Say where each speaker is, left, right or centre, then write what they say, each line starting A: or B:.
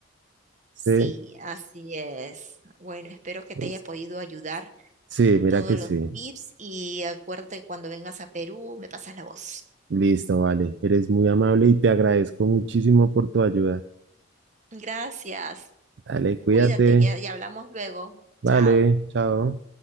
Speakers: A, on the right; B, on the right.
A: ¿sí?
B: Sí, así es. Bueno, espero que
A: Listo.
B: te haya podido ayudar
A: Sí, mira
B: todos
A: que sí.
B: los tips y acuérdate que cuando vengas a Perú me pasas la voz.
A: Listo, vale. Eres muy amable y te agradezco muchísimo por tu ayuda.
B: Gracias.
A: Dale, cuídate.
B: Cuídate, ya, ya hablamos luego.
A: Vale,
B: Chao.
A: chao.